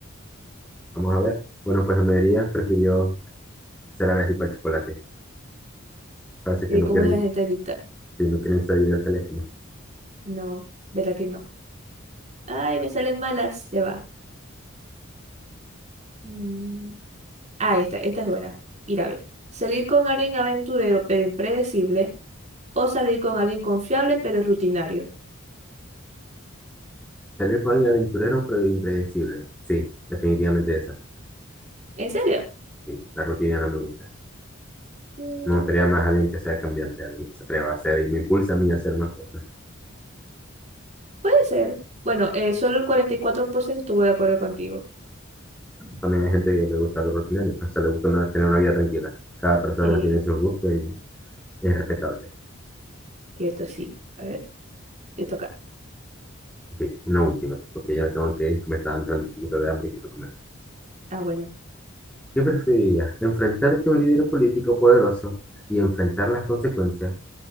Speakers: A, in the centre; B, on the right (about 35°).
A: Vamos a ver. Bueno, pues la mayoría prefirió ser alérgico al chocolate. Parece
B: Eh,
A: que no
B: ¿Cómo
A: quieren
B: es la gente adicta?
A: si no quieren salir del teléfono.
B: No, ¿verdad que no? Ay, me salen malas, ya va. Mm. Ah, esta, esta es buena. Ir a ver. Salir con alguien aventurero pero impredecible o salir con alguien confiable pero rutinario.
A: Salir con alguien aventurero, pero impredecible. Sí, definitivamente esa.
B: ¿En serio?
A: Sí, la rutina no me gusta.
B: Mm,
A: Me gustaría más alguien que sea cambiante, alguien que se atreva a hacer y me impulsa a mí a hacer más cosas.
B: puede ser. Bueno, eh, solo el 44% estuvo de acuerdo contigo.
A: También hay gente que le gusta lo rutinario, pero se le gusta una- tener una vida tranquila. Cada persona
B: Eh,
A: tiene sus gustos y es respetable.
B: cierto, sí. A ver, te toca.
A: Ok, una última, porque ya me tengo que ir, que me está entrando un poquito de hambre y quiero comer.
B: Ah, bueno.
A: ¿Qué preferirías? ¿Enfrentarte a un líder político poderoso y enfrentar las consecuencias